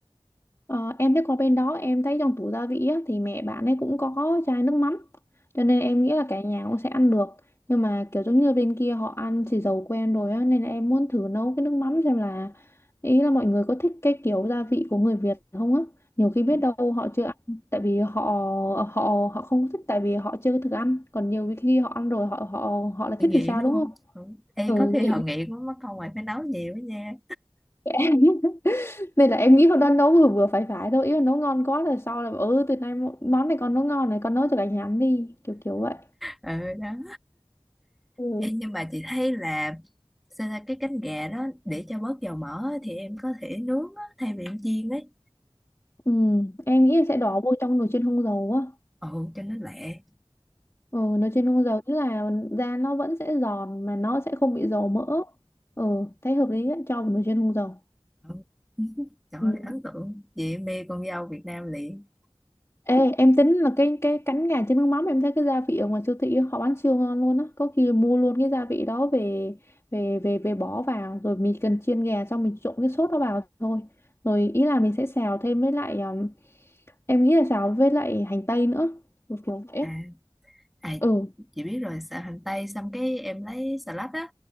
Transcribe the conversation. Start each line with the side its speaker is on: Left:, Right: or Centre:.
Left: Ờ, em thấy qua bên đó em thấy trong tủ gia vị á, thì mẹ bạn ấy cũng có chai nước mắm cho nên em nghĩ là cả nhà cũng sẽ ăn được nhưng mà kiểu giống như bên kia họ ăn xì dầu quen rồi á nên là em muốn thử nấu cái nước mắm xem là ý là mọi người có thích cái kiểu gia vị của người Việt không á nhiều khi biết
Centre: Ừ,
Left: đâu họ chưa ăn tại vì họ họ họ không có thích tại vì họ chưa có thử ăn còn nhiều khi họ ăn rồi họ họ họ lại
Centre: bị
Left: thích
Centre: nghiện
Left: thì sao
Centre: đúng
Left: đúng
Centre: không
Left: không
Centre: ừ. Ê,
Left: ừ
Centre: có khi
Left: nghiện
Centre: họ nghiện quá mất công mày phải nấu nhiều quá nha
Left: <laughs> nên là em nghĩ hôm đó nấu vừa vừa phải phải thôi ý là nấu ngon quá rồi sau là bảo, ừ từ nay mo- món này con nấu ngon này con nấu cho cả nhà ăn đi kiểu kiểu vậy
Centre: ừ đó
Left: Ừ.
Centre: Ê, nhưng mà chị thấy là sao ra cái cánh gà đó để cho bớt dầu mỡ á, thì em có thể nướng á, thay vì em chiên ấy
Left: ừ, em nghĩ em sẽ đổ vô trong nồi chiên không dầu á
Centre: ừ cho nó lẹ
Left: ừ, nồi chiên không dầu tức là da nó vẫn sẽ giòn mà nó sẽ không bị dầu mỡ ừ thấy hợp lý đấy cho vào nồi chiên không dầu
Centre: ừ. Trời
Left: ừ.
Centre: ơi, ấn tượng chị mê con dâu Việt Nam liền
Left: Ê, em tính là cái cái cánh gà chân nước mắm em thấy cái gia vị ở ngoài siêu thị họ bán siêu ngon luôn á có khi mua luôn cái gia vị đó về về về về bỏ vào rồi mình cần chiên gà xong mình trộn cái sốt đó vào thôi rồi ý là mình sẽ xào thêm với lại um, em nghĩ là xào với lại hành tây nữa Kiểu kiểu vậy.
Centre: à, à
Left: ừ
Centre: chị biết rồi xà hành tây xong cái em lấy xà lách á